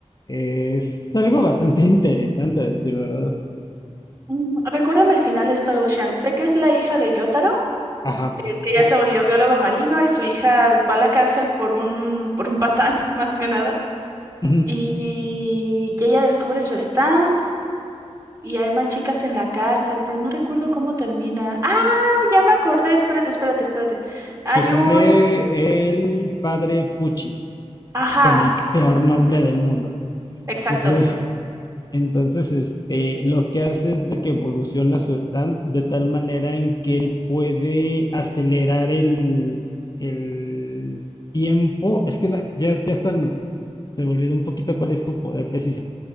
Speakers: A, on the left; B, on the right.
A: eh, es algo bastante <laughs> interesante, a decir verdad.
B: Mm, recuérdame el final de Star Ocean. Sé que es la hija de Yotaro,
A: Ajá.
B: el que
A: Ah,
B: ya se volvió biólogo marino y su hija va a la cárcel por un, por un patán, <laughs> más que nada.
A: ujú.
B: Y y ella descubre su stand Y hay más chicas en la cárcel, pero no recuerdo cómo termina. ¡Ah! Ya me acordé. Espérate, espérate, espérate. Hay
A: que sale
B: un.
A: el padre Pucci,
B: Ajá.
A: con el
B: que es-
A: peor
B: mm,
A: nombre del mundo.
B: Exacto.
A: Y su Entonces, este, lo que hace es de que evoluciona su stand de tal manera en que él puede acelerar el, el tiempo. Es que la- ya, ya están, se me olvidó un poquito cuál es su poder preciso.